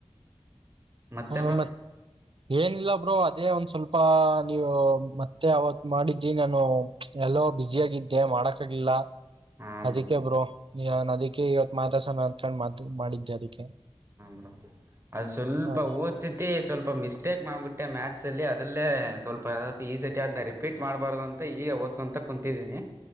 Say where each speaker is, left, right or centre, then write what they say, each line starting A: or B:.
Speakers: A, on the right (about 25°); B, on the right (about 60°).
A: ಮತ್ತೆ
B: ಹಾ
A: ಬ್ರೋ
B: ಮತ್ತ ಏನಿಲ್ಲ ಒಬ್್ರರು ಅದೇ ಒಂದ್ ಸ್ವಲ್ಪ ನೀವು ಮತ್ತೆ ಅವತ್ ಮಾಡಿದಿ ನಾನು ಎಲ್ಲೋ ಬಿ್ಯುಸ ಆಗಿದ್ದೆ ಮಾಡಕ್ ಆಗ್ಲಿಲ್ಲ
A: ಹಾಂ
B: ಅದಕ್ಕೆ
A: ಬ್ರೋ
B: ಬರೋ ಈನ್ ಅದಿಕ್ಕೆ ಇವತ್ ಮಾತಸ ಅನ್ಕೊಂಡು ಮಾ ಮಾಡಿದ್ದೆ ಅದಕ್ಕೆ
A: ಹ್ರ ಅ ಸ್ವಲ್ಪ
B: ಹ
A: ಓದ್ಸತಿ ಸ್ವಲ್ಪ ಮಿಸ್ಟೇಕ್ ಮಾಡಿಬಿಟ್ಟೆ ಮ್ಯಾಥ್ಸ್ ಅಲ್ಲಿ ಅದ್ರ ಲ್ಲೇ ಸ್ವಲ್ಪ ಈ ಸತಿ ಆದನ ರಿಪೀಟ್ ಮಾಡ್ಬಾರ್ದು ಅಂತ ಈಗ ಓದ್ಕಂತ ಕುಂತಿದ್ದೀನಿ